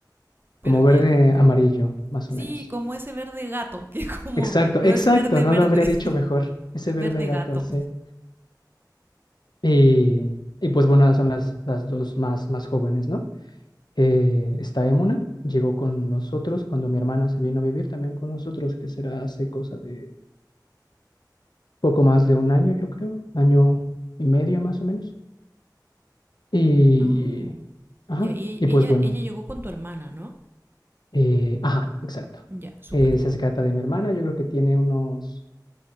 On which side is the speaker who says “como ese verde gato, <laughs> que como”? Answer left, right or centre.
Right